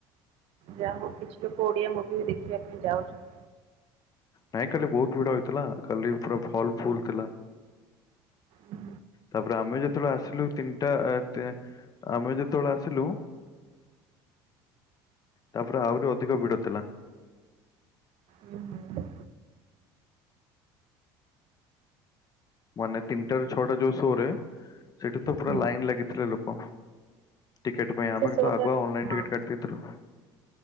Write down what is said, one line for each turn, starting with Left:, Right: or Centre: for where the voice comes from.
Right: ଯା ହଉ କିଛି ଲୋକ ଓଡିଆ ମୁଭି ବି ଦେଖିବା ପାଇଁ ଯାଉଛନ୍ତି।
Left: ନାଇଁ କାଲି ବହୁତ ଭିଡ ହେଇଥିଲା କାଲି ପୁରା ହଲ୍ ଫୁଲ୍ ଥିଲା।
Right: ହୁଁ,
Left: ତାପରେ ଆମେ ଯେତେବେଳେ ଆସିଲୁ ତିନିଟା ତେ ଆମେ ଯେତେବେଳେ ଆସିଲୁ ତାପରେ ଆହୁରି ଅଧିକ ଭିଡ ଥିଲା।
Right: ହୁଁ ହୁଁ।
Left: ମାନେ ତିନିଟା ରୁ ଛଅଟା ଯୋଉ ସୋ ରେ ସେଠି ତ ପୁରା
Right: ହୁଁ, ହୁଁ।
Left: ଲାଇନ ଲାଗିଥିଲେ ଲୋକ। ଟିକେଟ୍ ପାଇଁ ଆମେ
Right: ସେ
Left: କିନ୍ତୁ
Right: ଶୋଟା
Left: ଆଗୁଆ
Right: ଟିକେ
Left: ଅନଲାଇନ୍
Right: ହଁ
Left: ଟିକେଟ୍ କାଟି ଦେଇଥିଲୁ।